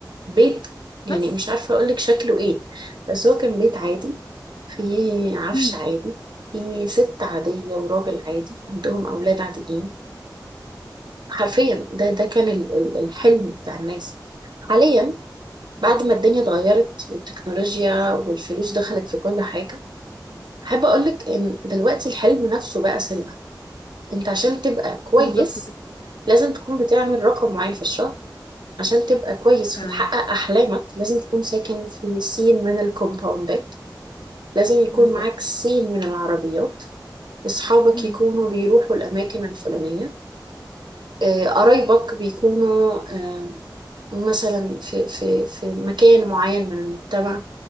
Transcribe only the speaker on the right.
بيت يعني
مش عارفة اقولك شكله ايه بس هو كان بيت عادي فيه عفش
عادي فيه ست عادية وراجل عادي عندهم أولاد عاديين حرفيا ده ده كان ال- ال- الحلم بتاع الناس حاليا بعد ما الدنيا اتغيرت والتكنولوجيا والفلوس دخلت في كل حاجة أحب أقولك إن دلوقتي الحلم نفسه بقى سلعة أنت عشان تبقى كويس
لازم تكون بتعمل رقم معين في الشهر عشان تبقى كويس
وتحقق أحلامك لازم تكون ساكن في سين من الكومباوندات لازم يكون
معاك سين من العربيات أصحابك
يكونوا بيروحوا الأماكن الفلانية آه، قرايبك بيكونوا آه، مثلا في, في, في مكان معين من المجتمع